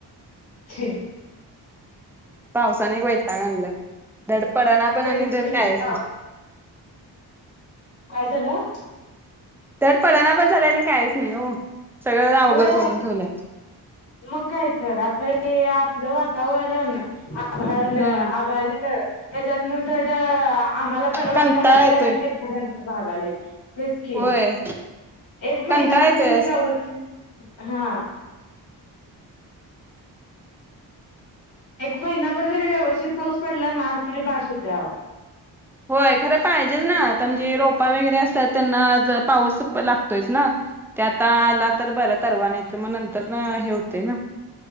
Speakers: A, on the left; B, in the centre.
A: खे
B: पावसाने वैटता घणलं धड पडना पण
A: लईच
B: आणि
A: की
B: धड कायच
A: का
B: नाही
A: काय झालं
B: तर पडना पण लाय आणि काहीच नाही हो सगळ्यांना अवघड
A: होय
B: करून ठेवलंय
A: मग काय तर आता हे असलं वातावरण घळले
B: हा
A: आभ ह्याच्यातन थोडं आम्हाला बरं वाटायला
B: कंटाळा
A: लागलंय
B: येतोय
A: ना शेतकऱ्यां भागाले तेच कि
B: होय
A: एक महिनाभर
B: कंटाळा येतोय
A: जरी
B: असं
A: ववच हा एक महिनाभर जरी व्यवस्थित पाऊस पडला ना तरी बास होतेह
B: होय खरं पाहिजेच ना आता म्हणजे रोपा वगैरे असतात त्यांना ज पाऊस लागतोयच ना ते आता आला तर बर तरवा नाही तर मग नंतर हे होतय ना